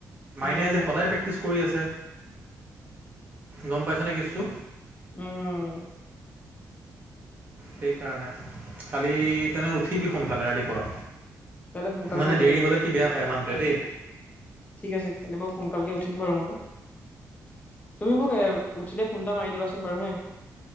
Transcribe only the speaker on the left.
উম
উম।
কাইলৈ সোনকালকে
উঠিব
লাগিব।
ঠিক আছে খালি মই সোনকালকে উঠিবাৰু মই। তুমি মোক এ উঠিলে ফোন এটা মাৰি দিবাচোন বাৰু হে।